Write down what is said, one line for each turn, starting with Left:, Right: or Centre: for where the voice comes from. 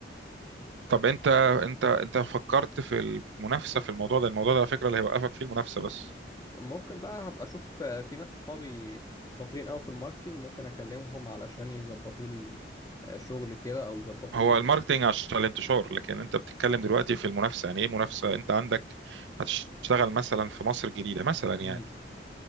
Right: طب انت انت انت فكرت في المنافسه في الموضوع ده الموضوع ده على فكره اللي هيوقفك فيه المنافسه بس
Left: ممكن بقى هبقى اشوف آه، في ناس صحابي شاطرين قوي في الماركتينج ممكن اكلمهم علشان يظبطوا لي آه، شغل كده او يظبطوا
Right: هو
Left: لي
Right: الماركتينج عشان الانتشار لكن انت بتتكلم دلوقتي في المنافسه يعني ايه منافسه انت عندك هتشتغل مثلا في مصر الجديده مثلا
Left: امم
Right: يعني